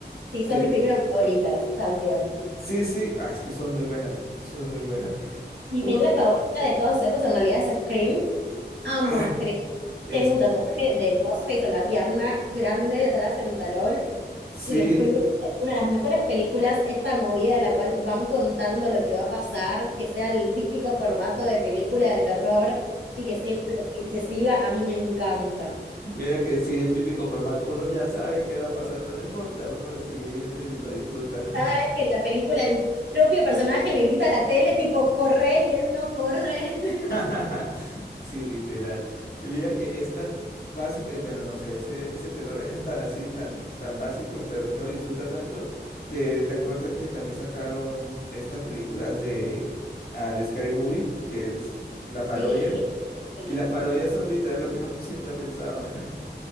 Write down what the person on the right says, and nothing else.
Sí,
son mis películas favoritas también.
Mi
película favorita de todas esas en realidad es Scream. Amo
Scream.
Tengo un tatuaje
de Ghostface en la pierna grande, atrás en el talón.
Y Scream es una de las mejores películas, esta movida en la cual van contando lo que va a pasar, que sea el típico formato de película de terror y que siempre se, se siga, a mí me encanta.
Cada vez que en la película el propio personaje le grita a la tele tipo corre y él no corre. <laughs>
Sí, buenas películas.